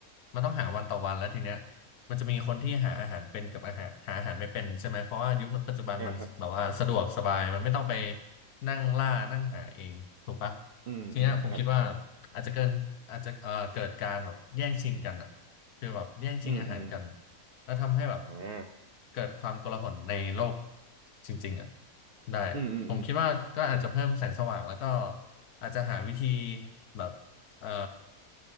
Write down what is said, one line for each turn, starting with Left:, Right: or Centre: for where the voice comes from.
Left: มันต้องหาวันต่อวันแล้วทีเนี้ย มันจะมีคนที่หาอาหารเป็นกับอาหารหาอาหารไม่เป็นใช่ไหมเพราะว่ายุคปัจจุบันมันแบบว่าสะดวกสบายมันไม่ต้องไป
Right: อ่าครับ
Left: นั่งล่านั่งหาเองถูกปะ
Right: อืมอืมครับ
Left: ทีเนี้ยผมคิดว่าอาจจะเกินอาจจะเอ่อเกิดการแบบแย่งชิงกันอะคือแบบแย่งชิงอาหารกัน
Right: อืมอืม
Left: แล้วทำให้แบบ
Right: อ่า
Left: เกิดความโกลาหลในโลกจริงๆอะได้ผมคิดว่าก็อาจจะเพิ่มแสงสว่างแล้วก็
Right: อืมอืมอืม
Left: อาจจะหาวิธีแบบ เอ่อ